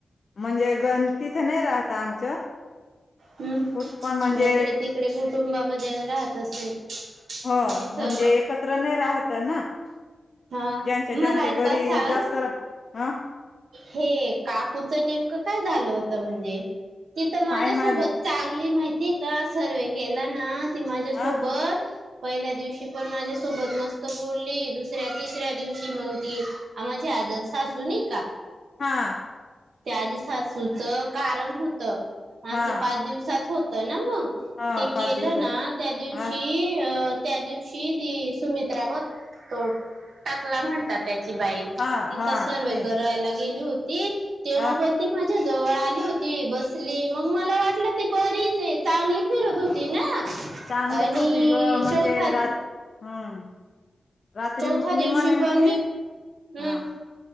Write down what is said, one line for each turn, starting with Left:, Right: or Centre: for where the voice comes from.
Left: म्हणजे गण तिथं नाही राहत आमचं
Right: हम्म, मग
Left: कुठ पण म्हणजे
Right: इकडे तिकडे कुटुंबामध्ये राहत असेल?
Left: होय,
Right: तिथं
Left: म्हणजे एकत्र नाही राहत ना?
Right: हा
Left: ज्यांच्या ज्यांच्या
Right: मला एक
Left: घरी
Right: बात सांग
Left: जास्त रा आ
Right: हे काकूचं नेमकं काय झालं होतं म्हणजे? ती तर माझ्यासोबत
Left: काय माझ
Right: चांगली माहितीए का, सर्वे केला ना ती माझ्यासोबत,
Left: अ
Right: पहिल्या दिवशी पण माझ्यासोबत मस्त बोलली, दुस ऱ्या तिसऱ्या दिवशी मग ती आ माझी आजसासू नाई
Left: हा.
Right: ते आजीसासूचं कारण होतं, आमचं
Left: हा
Right: पाच दिवसात होत ना मग.
Left: हा
Right: ते
Left: पाच
Right: केलं
Left: दिवसात
Right: ना त्या दिवशी
Left: अ
Right: अ त्या दिवशी ती सुमित्रा बघ तो टकला म्हणतात ची बाई
Left: हा
Right: तिचा
Left: हा
Right: सर्वे
Left: ते
Right: ला गेली होती, तेव्हा
Left: अ
Right: पण ती मा झ्या जवळ आली होती, बसली मग मला वाटलं ती बरीच आहे, चांगली फिरत होती ना.
Left: चांगलीच
Right: आणि
Left: होती ग म्हणजे
Right: चौथा
Left: रात
Right: दी
Left: हम्म रात्री
Right: चौथा
Left: उठली
Right: दिवशी
Left: म्हणे
Right: पण
Left: ती
Right: मी, हम्म
Left: हा